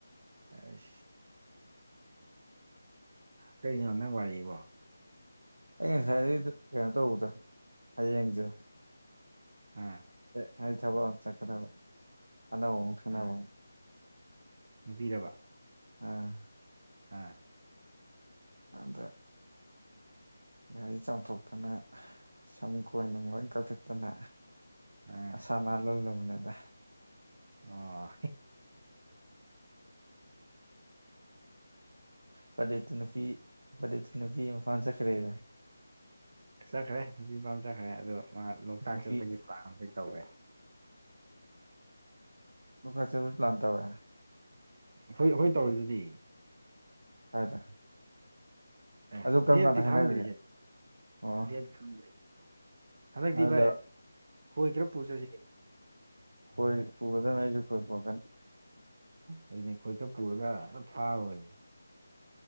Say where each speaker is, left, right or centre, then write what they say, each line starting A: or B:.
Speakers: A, on the right (about 50°); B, on the right (about 80°).
A: ꯑꯁ ꯀꯩꯅꯣ ꯅꯪ ꯋꯥꯔꯤꯕꯣ
B: ꯑꯩ ꯉꯁꯥꯏꯗꯩ ꯀꯩꯅꯣ ꯇꯧꯕꯗ ꯍꯌꯦꯡꯖꯦ
A: ꯑꯥ
B: <unintelligible> ꯊꯕꯛ ꯑꯃꯥ ꯆꯠꯀꯗꯧꯕ ꯑꯅꯧꯕꯥ ꯑꯃꯥ ꯈꯪꯅꯕ
A: ꯑꯥ ꯅꯨꯄꯤꯔꯕ
B: ꯑ
A: ꯑꯥ
B: ꯑꯗ ꯒꯥꯔꯤ ꯆꯥꯝꯊꯣꯛꯇꯅ ꯁꯝ ꯀꯣꯏꯅꯨꯡ ꯂꯣꯏ ꯀꯛꯊꯠꯇꯅ
A: ꯑꯥ
B: ꯃꯁꯥ ꯅꯥꯜꯍꯜꯂꯕꯅꯦꯗꯥ
A: ꯑꯣ
B: ꯄꯔ꯭ꯗꯤꯞꯇꯣ ꯅꯨꯄꯤ ꯄꯔ꯭ꯗꯤꯞꯇꯣ ꯅꯨꯄꯤ ꯃꯄꯥꯝ ꯆꯠꯈ꯭ꯔꯦꯌꯦ
A: ꯆꯠꯈ꯭ꯔꯦ ꯅꯨꯄꯤ ꯃꯄꯥꯝ ꯆꯠꯈ꯭ꯔꯦ ꯑꯗꯣ ꯃꯥ ꯂꯣꯛꯇꯥꯛ
B: ꯅꯨꯄꯤ
A: ꯆꯠꯄꯒꯤ ꯄ꯭ꯂꯥꯟ ꯑꯃꯗꯤ ꯇꯧꯏ
B: ꯂꯣꯛꯇꯥꯛ ꯆꯠꯄꯩ ꯄ꯭ꯂꯥꯟ ꯇꯧꯋꯦ
A: ꯑꯩꯈꯣꯏ ꯑꯩꯈꯣꯏ ꯇꯧꯔꯤꯗꯨꯗꯤ
B: ꯀꯥꯏꯗ
A: ꯑꯦ
B: ꯑꯗꯨ ꯀꯔꯝ
A: ꯗꯦꯠꯇꯤ
B: ꯀꯥꯟꯗ ꯍꯥꯏꯅꯈ꯭ꯔꯒꯦ
A: ꯈꯪꯗ꯭ꯔꯤ ꯍꯦ
B: ꯑꯣ
A: ꯗꯦꯠ ꯈꯪꯗꯔꯤ ꯍꯟꯗꯛꯇꯤ
B: ꯑꯗꯨꯗ
A: ꯚꯥꯏ ꯈꯣꯏ ꯈꯔ ꯄꯨꯔ ꯆꯠꯁꯦ꯫
B: ꯈꯣꯏ ꯄꯨꯒꯗꯥꯃꯦ ꯑꯩꯁꯨ ꯈꯣꯏ ꯄꯨꯔꯛꯀꯅꯤ
A: ꯑꯗꯨꯅꯦ ꯈꯣꯏ ꯈꯔ ꯄꯨꯔꯒ ꯐꯥꯔꯨꯔꯖꯦ